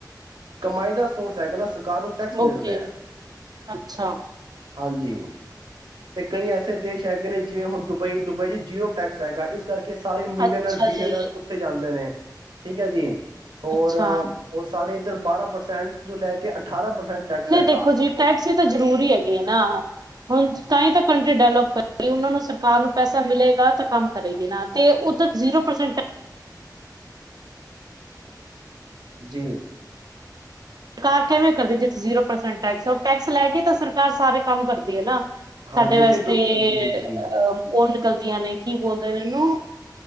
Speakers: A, on the right; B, on the right.
A: ਕਮਾਈ ਦਾ ਸੋਰਸ ਹੈਗਾ ਨਾ। ਸਰਕਾਰ ਨੂੰ ਟੈਕਸ ਮਿਲ
B: ਓਕੇ,
A: ਰਿਹਾ।
B: ਅੱਛਾ,
A: ਹਾਂਜੀ, ਤੇ ਕਈ ਐਸੇ ਦੇਸ਼ ਹੈਗੇ ਨੇ ਜਿਵੇਂ ਹੁਣ ਦੁਬਈ ਦੁਬਈ ਚ ਜੀਰੋ ਟੈਕਸ ਹੈਗਾ ਇਸ ਕਰਕੇ ਸਾਰੇ ਮਿਲੇਨਰ
B: ਅੱਛਾ
A: ਬਿਨਨਰ
B: ਜੀ,
A: ਉੱਥੇ ਜਾਂਦੇ ਨੇ। ਠੀਕ ਹੈ ਜੀ ਹੋਰ
B: ਅੱਛਾ।
A: ਉਸ ਸਾਡੇ ਇੱਧਰ ਬਾਰਾਂ ਪਰਸੈਂਟ ਤੋਂ ਲੈ ਕੇ ਅਠਾਰਾਂ ਪਰਸੈਂਟ ਟੈਕਸ
B: ਨਹੀਂ
A: ਹੈਗਾ
B: ਦੇਖੋ ਜੀ ਟੈਕਸੀ ਤਾਂ ਜ਼ਰੂਰੀ ਹੈਗੇ ਨਾ ਹੁਣ ਤਾਂਹੀ ਤਾਂ ਕੰਟਰੀ ਡੈਵਲਪ ਕਰੇਗੀ ਉਹਨਾਂ ਨੂੰ ਸਰਕਾਰ ਨੂੰ ਪੈਸਾ ਮਿਲੇਗਾ ਤਾਂ ਕੰਮ ਕਰੇਗੀ ਨਾ ਅਤੇ ਉਹਥ ਜ਼ੀਰੋ ਪਰਸੈਂਟ
A: ਜੀ
B: ਸਰਕਾਰ ਕਿਵੇਂ ਕਰਦੀ ਜਿੱਥੇ ਜ਼ੀਰੋ ਪਰਸੈਂਟ ਟੈਕਸ ਟੈਕਸ ਲੈ ਕੇ ਤਾਂ ਸਰਕਾਰ ਸਾਰੇ ਕੰਮ ਕਰਦੀ ਹੈ ਨਾ
A: ਹਾਂਜੀ
B: ਸਾਡੇ ਵਾਸਤੇ
A: ਤੇ ਦੋ ਜੀ
B: ਅ
A: ਜੀ
B: ਉਹ ਗਲਤੀਆਂ ਨੇ ਕੀ ਬੋਲਦੇ ਇਹਨੂੰ